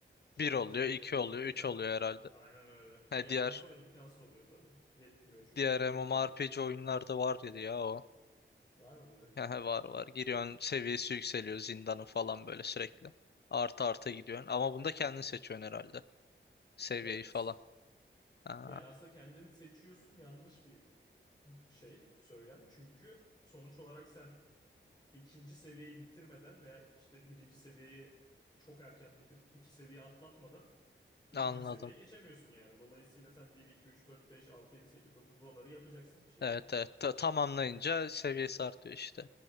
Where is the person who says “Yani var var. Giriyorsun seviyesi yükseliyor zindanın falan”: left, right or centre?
Left